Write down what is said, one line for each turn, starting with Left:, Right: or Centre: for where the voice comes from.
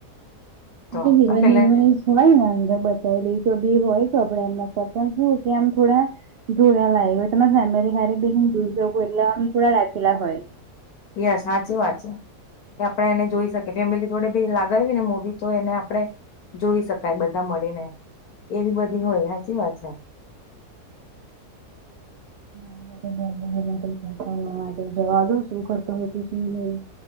Left: તો
Right: હીરો
Left: અને પેલે
Right: હિરોઈન હોય ને અંદર બતાવી દઈશો બી હોય તો આપડે એમના સાથે એમ શું કે આમ થોડા ધોયા લાગેલા હોય તમે ફેમેલી હારે બી જોઈ શકો એટલે થોડા રાખેલા હોય.
Left: યશ હાચું વાત છે. કે આપણે એને જોઈ શકીએ ફેમિલી જોડે લાગાવી ને મુવી તો એને આપડણે જોઈ શકાય બધા મળીને એવી બધી હોય સાચી વાત છે.
Right: <unintelligible> માટે જવા દો શું કરતો હોય ને શું નહી